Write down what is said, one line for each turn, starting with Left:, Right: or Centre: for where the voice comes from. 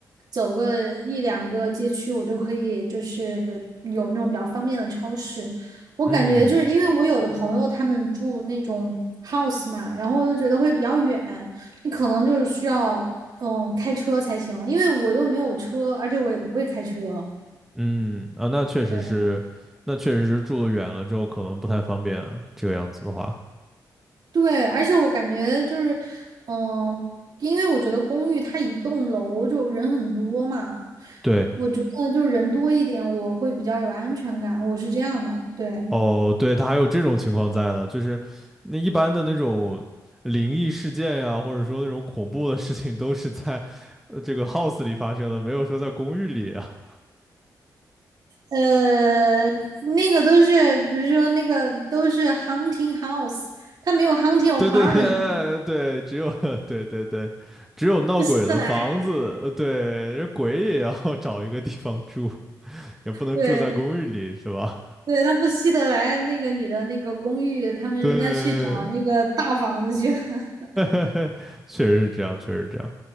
Right: 走个一两个街区，我就可以就是有那种比较方便的超市。我感觉就是因为我有的朋友他们住那种
Centre: 嗯
Right: house 嘛，然后我就觉得会比较远，你可能就是需要嗯开车才行，因为我又没有车，而且我也不会开车。
Centre: 嗯啊，那确实是，
Right: 对。
Centre: 那确实是住得远了之后可能不太方便啊，这个样子的话，
Right: 对，而且我感觉就是，嗯、因为我觉得公寓它一栋楼就人很多嘛，
Centre: 对。
Right: 我觉得就是人多一点，我会比较有安全感，我是这样的，对。
Centre: 哦，对，它还有这种情况在的，就是那一般的那种灵异事件呀，或者说那种恐怖的事情，都是在呃这个 house 里发生的，没有说在公寓里啊。<laughs>
Right: 呃，那个都是，比如说那个都是 hunting house，它没有 hunting apartment，
Centre: 对对对对，只有 <laughs> 对对对，只有闹鬼的房子，
Right: 不稀得来，
Centre: 呃对，人鬼也要 <laughs> 找一个地方住，也不能住在公寓里，
Right: 对
Centre: 是吧？
Right: 对，它不稀得来那个你的那个公寓，他们人家去找那个大房子去了，
Centre: 对，
Right: <laughs>
Centre: <laughs> 确实是这样，确实是这样。